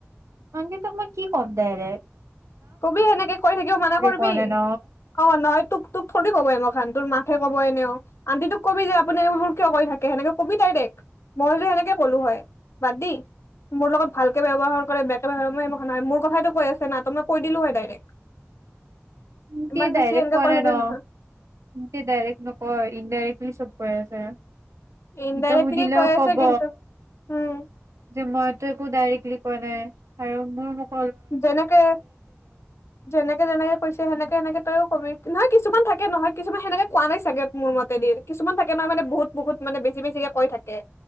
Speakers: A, on the right; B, on the left.
A: আন্টীতোক মই কি কম দাইৰেক?
B: কবি সেনেকে কৈ থাকিব মানা কৰবি,
A: কোৱা নাই ন।
B: অ নহয় তোক তোক থৰি কব <unintelligible> হনতৰ মাকহে কব এনেও, আন্তি তোক কবি যে আপুনি এইবো কিয় কৰি থাকে, সেনেকে কবি দাইৰেক্ট, মই যে এনেকে কলো হয়, বাদ দি, মোৰ লগত ভালকে ব্যৱহাৰ কৰে, বেয়াকে ব্যৱহাৰ, মই এ <unintelligible> মোৰ কথাতো কৈ আছো না, ত' মো কৈ দিলোঁ হয় ডাইৰেক্ট।
A: ইনকে
B: ইমান
A: ডাইৰেক্ট
B: বেছি এনেকে
A: কোৱা
B: কৈ
A: নাই
B: থাকে
A: ন,
B: নহয়
A: ইনকে ডাইৰেক্ট নকয় ইনডাইৰেক্ট কি চব কৈ আছে।
B: ইনডাইৰেক্টলি
A: এতিয়া সুধিলেও
B: কৈ আছে
A: কব,
B: কিন্তু উম
A: যে মইতো একো ডাইৰেক্টলি পোৱা নাই, আৰু মোৰ মোক
B: যেনেকে, যেনেকে-যেনেকে কৈছে সেনেক তেনেকে তয়ো কবি, নহয় কিছুমান থাকে নহয়, কিছুমান সেনেকে কোৱা নাই চাগে মোৰ মতে দি, কিছুমান থাকে নহয় মানে বহুত-বহুত মানে বেছি বেছিকে কৈ থাকে।